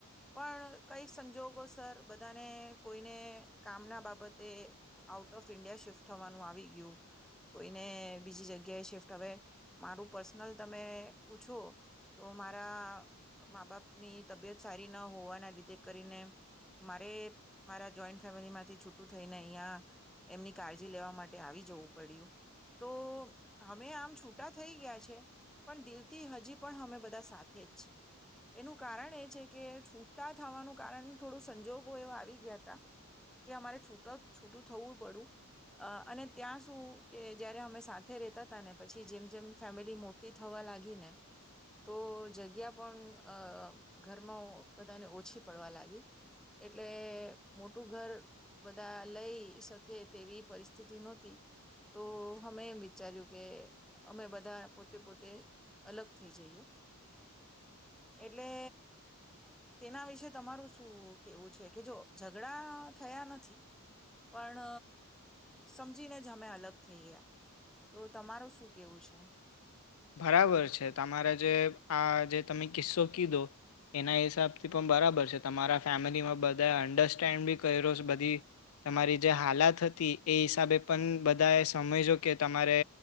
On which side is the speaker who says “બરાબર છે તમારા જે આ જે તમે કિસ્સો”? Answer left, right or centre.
Left